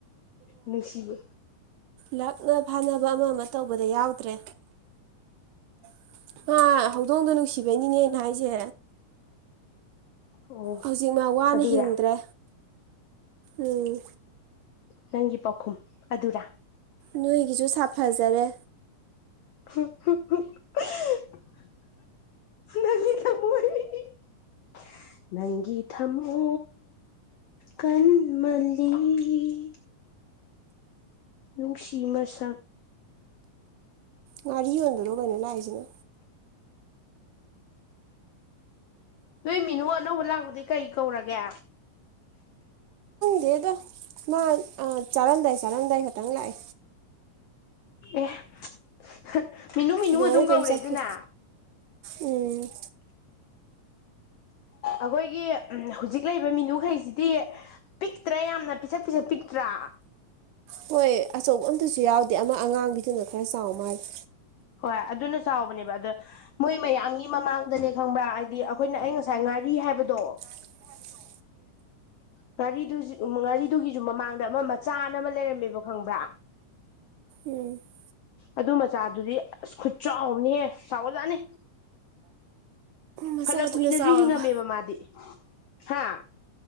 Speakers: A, on the left; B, on the right.
A: ꯅꯨꯡꯁꯤꯌꯦ
B: ꯂꯛꯅꯥ ꯐꯥꯅꯕ ꯑꯃ ꯑꯃ ꯇꯧꯕꯗ ꯌꯥꯎꯗ꯭ꯔꯦ <unintelligible> ꯑ ꯍꯧꯗꯣꯡꯗꯣ ꯅꯨꯡꯁꯤꯕꯩꯅꯤꯅꯦ ꯑꯩꯅ ꯍꯥꯏꯁꯦ
A: ꯑꯣ
B: ꯍꯧꯖꯤꯛ ꯃꯥ ꯋꯥꯅ
A: ꯑꯗꯨꯔꯥ
B: ꯍꯤꯡꯗ꯭ꯔꯦ ꯎꯝ
A: ꯅꯪꯒꯤ ꯄꯥꯎꯈꯨꯝ ꯑꯗꯨꯔꯥ
B: ꯅꯣꯏꯒꯤꯁꯨ ꯁꯥꯐꯖꯔꯦ
A: ꯉ ꯅꯪꯒꯤꯤ ꯊꯝꯣ ꯀꯟꯃꯜꯂꯤh. ꯎ ꯁꯤꯤꯃꯁ
B: ꯉꯔꯤꯣꯗ ꯂ ꯀꯩꯅ ꯂꯑꯁꯤꯅ
A: ꯅꯣꯏ ꯃꯤꯅꯨ ꯑꯅꯧꯕ ꯂꯥꯛꯄꯗꯤ ꯀꯩ ꯀꯧꯔꯒꯦ
B: ꯗꯦꯗꯣ ꯃꯥ ꯆꯔꯝꯗꯥ ꯆꯔꯝꯗꯥꯏ ꯈꯈꯤꯇꯪ ꯂꯥꯛꯑ
A: ꯑꯦ ꯍ ꯃꯤꯅꯨ ꯃꯤꯅꯨ
B: ꯂꯣꯏꯔꯦ
A: ꯑꯗꯨꯝ ꯀꯧꯔꯦ
B: ꯆꯠꯈꯤ
A: ꯑꯗꯨꯅ
B: ꯎꯝ
A: ꯑꯩꯈꯣꯏꯒꯤ <unintelligible> ꯍꯨꯖꯤꯛ ꯂꯩꯕ ꯃꯤꯅꯨꯈꯩꯁꯤꯗꯤ ꯄꯤꯛꯇ꯭ꯔꯥ ꯌꯥꯝꯅ ꯄꯤꯁꯛ ꯄꯤꯁꯛ ꯄꯤꯛꯇ꯭ꯔꯥ
B: ꯍꯣꯏ ꯑꯆꯧꯕ ꯑꯝꯇꯁꯨ ꯌꯥꯎꯗꯦ ꯑꯃ ꯑꯉꯥꯡꯕꯤꯗꯨꯅ ꯈꯔ ꯆꯥꯎ ꯃꯥꯜꯂꯦ
A: ꯍꯣꯏ ꯑꯗꯨꯅ ꯆꯥꯎꯕꯅꯦꯕ ꯑꯗꯣ ꯃꯣꯏ ꯃꯌꯥꯝꯒꯤ ꯃꯃꯥꯡꯗꯅꯦ ꯈꯪꯕ꯭ꯔꯥ ꯑꯩꯗꯤ ꯑꯩꯈꯣꯏꯅ ꯑꯩ ꯉꯁꯥꯏ ꯉꯥꯔꯤ ꯍꯥꯏꯕꯗꯣ
B: <inaudible>
A: ꯉꯥꯔꯤꯗꯨꯖꯤꯛ ꯎ ꯉꯥꯔꯤꯗꯨꯒꯤꯖꯨ ꯃꯃꯥꯡꯗ ꯑꯃ ꯃꯆꯥꯅ ꯑꯃ ꯂꯩꯔꯝꯃꯦꯕ ꯈꯪꯕ꯭ꯔꯥ
B: ꯎꯝ
A: ꯑꯗꯨ ꯃꯆꯥꯗꯨꯗꯤ ꯑꯁ ꯈꯨꯠ ꯆꯥꯎꯕꯅꯤꯍꯦ ꯆꯥꯎꯒꯠꯂꯛꯅꯤ
B: ꯃꯆꯥꯗꯨꯅ
A: ꯐꯅ ꯀꯨꯏꯅꯁꯨ
B: ꯆꯥꯎꯔꯕ
A: ꯍꯤꯡꯉꯝꯃꯦꯕ ꯃꯥꯗꯤ ꯍꯥ